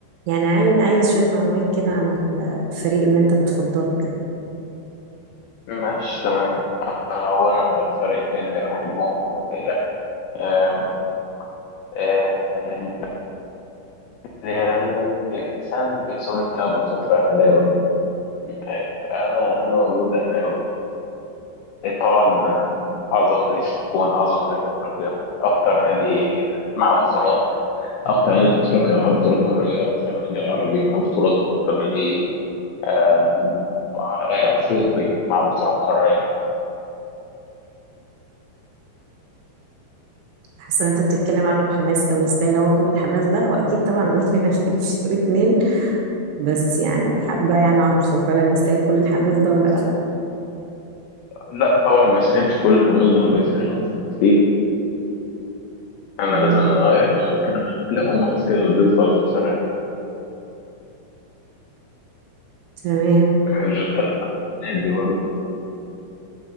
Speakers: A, on the right (about 75°); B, on the left (about 85°).
A: يعني عاين- عايزة شوية معلومات كده عن الفريق اللي أنت بتفضله كده
B: ماشي تمام هو أنا الفريق اللي بحبه الأهلي آم، آه، الأهلي يعني الإنسان بيصير كده بفترة أهلاوي آه، أنا أنا مولود أهلاوي إيه، طبعا آه، أعظم نادي في تكون أعظم نادي في أفريقيا أكتر نادي مع بطولات أكتر نادي في أفريقيا مع بطولات قارية أكتر نادي عربي مع بطولات وأكتر نادي آه، آه، أفريقي مع بطولة قارية
A: حاسة إن أنت بتتكلم عنه بحماس أوي يستاهل هو كل الحماس ده هو أكيد طبعا <laughs> الأهلي ما يختلفش في الاتنين بس يعني حابة يعني أعرف هو فعلا يستاهل كل الحماس ده ولا لأ
B: لا طبعا ما يستاهلش كل الحماس ده هو يستاهل أكتر بكتير أنا
A: مم.
B: لازم أنا وأنا بتكلم عن الأهلي أقوم أقف كده وأديله تعظيم سريع
A: تمام
B: إحنا مش بنتكلم عن نادي برضه